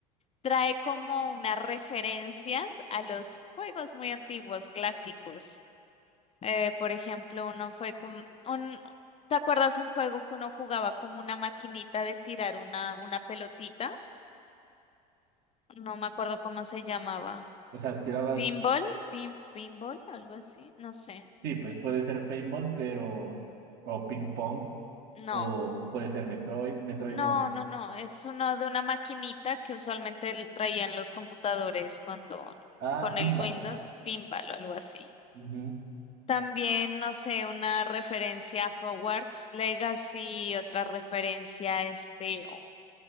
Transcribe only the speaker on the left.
Trae como unas referencias a los juegos muy antiguos, clásicos. Eh, por ejemplo, uno fue como un, ¿te acuerdas un juego que uno jugaba como una maquinita de tirar una, una pelotita? No me acuerdo cómo se llamaba.
¿Pinball? ¿Pin, pinball? ¿Algo así? No sé.
No.
No,
no, no. Es uno de una maquinita que usualmente l- traían los computadores cuando
con el
Windows, pinball o algo así.
También, no sé, una referencia a Hogwarts Legacy, otra referencia a este o-